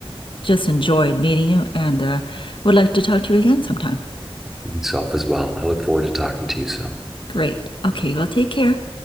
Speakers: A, on the left (about 55°); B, in the centre.
A: just enjoyed meeting you and uh, would like to talk to you again sometime.
B: myself as well. I look forward to talking to you soon.
A: Great. Okay, well, take care.